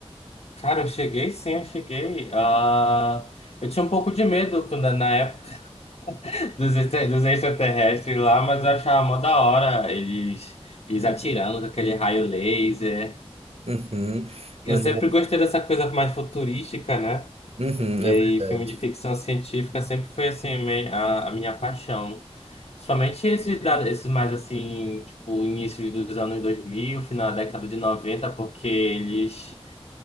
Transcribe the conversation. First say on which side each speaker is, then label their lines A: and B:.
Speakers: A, on the left; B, on the right.
A: Cara, eu cheguei sim, eu cheguei. Ah, eu tinha um pouco de medo quando- na, na época <laughs> dos, extra- dos extraterrestres lá, mas eu achava mó da hora eles, eles atirando com aquele raio laser.
B: Uhum,
A: Eu
B: mano,
A: sempre gostei dessa coisa mais futurística, né?
B: uhum,
A: E
B: é
A: aí,
B: verdade.
A: filme de ficção científica sempre foi assim me- a, a minha paixão. Somente esses, da- esses mais assim, tipo, início dos anos dois mil final da década de noventa porque eles,